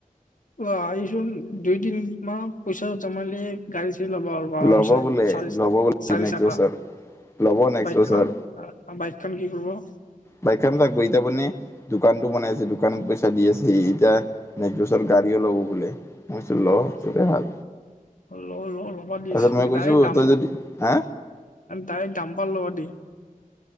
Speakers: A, on the left; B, on the left.
A: অ' আহিচোন দুই তিন মাহ পইচা জমালে গাড়ী চাড়ী ল'বা আৰু বাৰনাচে
B: ল'ব বোলে
A: চালিছ
B: ল'ব বোলে
A: চাৰি
B: নেক্সট
A: চকা।
B: বছৰ ল'ব নেক্সট
A: বাইকখন
B: বছৰ
A: বাইকখন কি কৰিব?
B: বাইকখন থাকিব শিকা বনে? দোকানটো বনাই আছে। দোকানত পইচা দি আছে, এতিয়া নেকছ বছৰত গাড়ীও ল'ব বোলে। মই কয়চো লৰ
A: কি
B: তোৰেই ভাল।
A: ল' ল' ল'ব দিছ
B: তাৰপিছত মই কৈছো
A: ডায়েৰেক্ট দাম।
B: তই যদি হা
A: ডাইৰেক্ট দাম পা ল'বা দি।